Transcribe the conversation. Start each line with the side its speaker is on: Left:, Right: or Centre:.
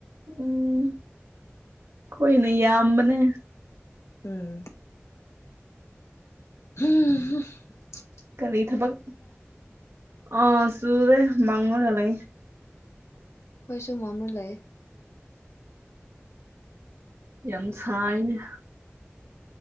Right: ꯎꯝ ꯍꯣꯏꯅꯦ ꯌꯥꯝꯕꯅꯦ
Left: ꯎꯝ ꯍꯝ
Right: ꯀꯔꯤ ꯊꯕꯛ ꯑ ꯁꯗꯦ ꯃꯉꯒꯂ
Left: ꯍꯣꯏ ꯁꯨꯝꯃꯨ ꯂꯩꯑꯌꯦ
Right: ꯌꯥꯝꯁꯥꯏꯅ